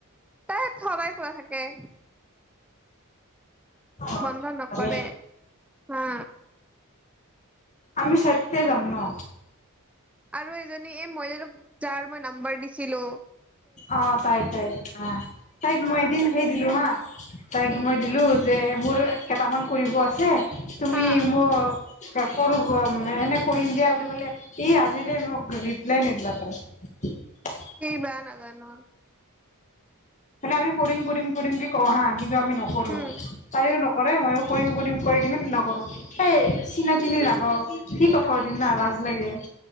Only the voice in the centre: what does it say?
তাই সবাই খোলা থাকে ।
বন্ধ নকৰে
হা
আৰু এজনী এ মই জো যাৰ মই নাম্বাৰ দিছিলো ।
কি
হা
সি বেয়া নাজা অ
উম,